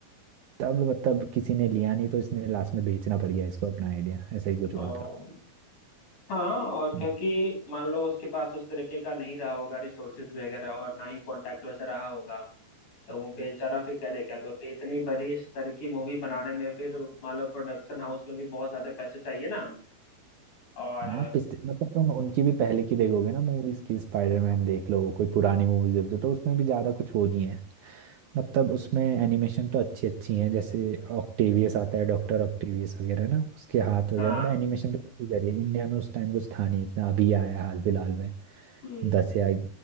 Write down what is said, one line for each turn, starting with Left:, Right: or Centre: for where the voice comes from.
Right: तब मतलब किसी ने लिया नहीं तो इसने लास्ट में बेचना पड़ गया इसको अपना आइडिया ऐसा ही कुछ
Left: ओ
Right: हुआ था
Left: हाँ और क्योंकि
Right: हम्म।
Left: मान लो उसके पास उस तरीके का नहीं रहा होगा रिसोर्सेज वगैरह और ना ही कांटेक्ट वैसा रहा होगा तो वो बेचारा फिर करेगा क्योंकि इतनी बड़ी स्तर की मूवी बनाने में फिर मान लो प्रोडक्शन हाउस में भी बहुत ज्यादा पैसे चाहिए ना और
Right: हाँ पिछले मतलब तुम उनकी भी पहले की देखोगे ना मूवीज की स्पाइडरमैन देख लो कोई पुरानी मूवीज देख लो तो उसमें भी ज्यादा कुछ वो नहीं है मतलब उसमें एनिमेशन तो अच्छी अच्छी हैं जैसे ऑक्टेवियस आता है डॉक्टर ऑक्टेवियस वगैरह ना उसके हाथ वगैरह
Left: हाँ
Right: मतलब एनिमेशन तो जरिए इंडिया में उस टाइम कुछ था नहीं इतना अभी आया है हाल फिलहाल में
Left: हम्म
Right: दस या